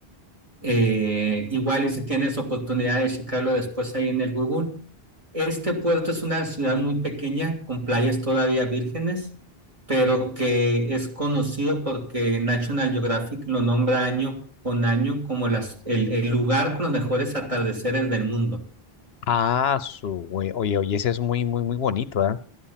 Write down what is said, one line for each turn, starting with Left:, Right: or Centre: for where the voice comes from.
Right: eh, igual y si tienes oportunidad de checarlo después ahí en el Google. Este puerto es una ciudad muy pequeña con playas todavía vírgenes, pero que es conocido porque National Geographic lo nombra año con año como las, el, el lugar con los mejores atardeceres del mundo.
Left: Ah, su, güey. Oye, oye, ese es muy, muy, muy bonito, ¿ah?